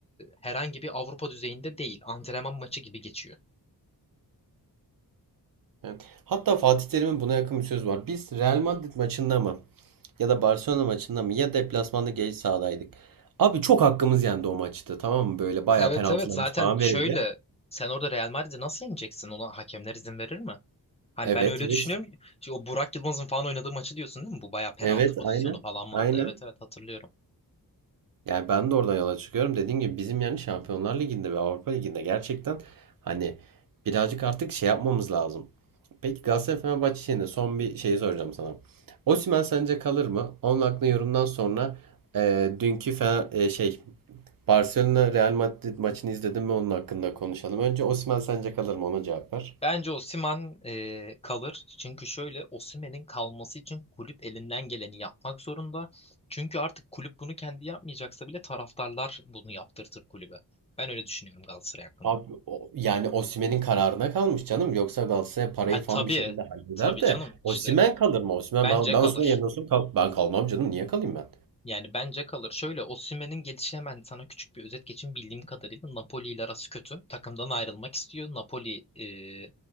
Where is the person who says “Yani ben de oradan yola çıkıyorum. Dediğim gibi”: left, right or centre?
Right